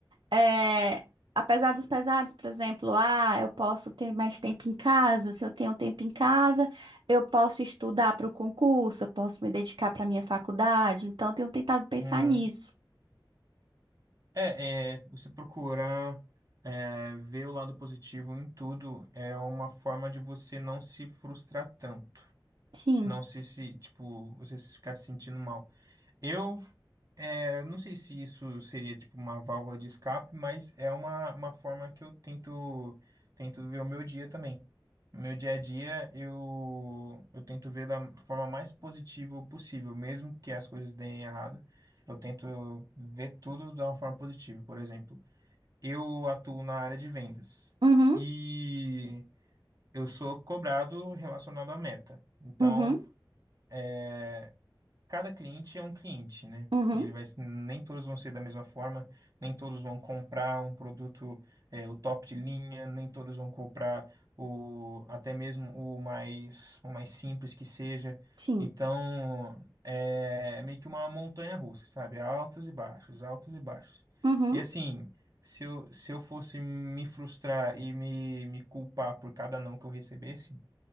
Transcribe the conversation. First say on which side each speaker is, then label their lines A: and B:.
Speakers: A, on the right; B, on the right.
A: é, apesar dos pesares, por exemplo, ah, eu posso ter mais tempo em casa. Se eu tenho tempo em casa, eu posso estudar para o concurso, eu posso me dedicar para minha faculdade. Então, eu tenho tentado pensar
B: Uhum.
A: nisso.
B: É, é, você procurar é, ver o lado positivo em tudo é uma forma de você não se frustrar tanto,
A: Sim.
B: não se, se tipo, você se ficar se sentindo mal. Eu é, não sei se isso seria tipo uma válvula de escape, mas é uma, uma forma que eu tento tento ver o meu dia também. No meu dia a dia, eu, eu tento ver da forma mais positiva possível, mesmo que as coisas deem errado. Eu tento ver tudo de uma forma positiva. Por exemplo, eu atuo na área de vendas
A: Uhum,
B: e eu sou cobrado relacionado à meta. Então,
A: uhum,
B: eh, cada cliente é um cliente, né?
A: uhum,
B: Ele vai, nem todos vão ser da mesma forma, nem todos vão comprar um produto, é, o top de linha, nem todos vão comprar o até mesmo o mais o mais simples que seja.
A: sim.
B: Então, é meio que uma montanha russa, sabe? Altos e baixos, altos e baixos.
A: Uhum,
B: E assim, se eu, se eu fosse me frustrar e me, me culpar por cada não que eu recebesse,